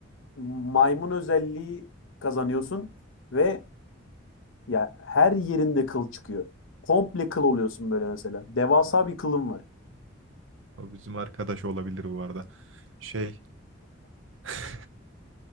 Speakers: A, on the left; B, on the right.
A: maymun özelliği kazanıyorsun ve ya her yerinde kıl çıkıyor. Komple kıl oluyorsun böyle mesela. Devasa bir kılın var.
B: O bizim arkadaş olabilir bu arada. Şey. <laughs>